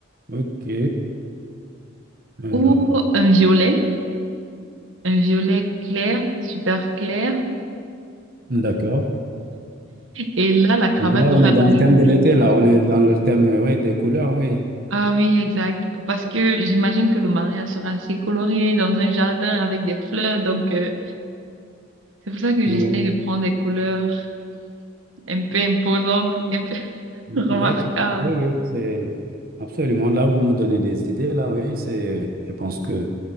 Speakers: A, on the right; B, on the right.
A: Ok, alors,
B: Ou un violet, un violet clair, super clair.
A: d'accord.
B: Et là, la cravate
A: Donc là, on
B: aurait
A: est
B: la
A: dans le
B: même
A: thème
B: couleur
A: de l'été,
B: que
A: là,
B: la chemise.
A: on est dans le thème, euh, oui, des couleurs, oui.
B: Ah oui, exact. Parce que j'imagine que le mariage sera assez coloré dans un jardin avec des fleurs. Donc, euh, c'est pour ça que j'essaye
A: Oui,
B: de prendre des couleurs. un peu imposante, un peu <laughs>
A: d'accord.
B: remarquable.
A: Oui, oui, c'est absolument. Là, vous me donnez des idées, là, oui, c'est, je pense que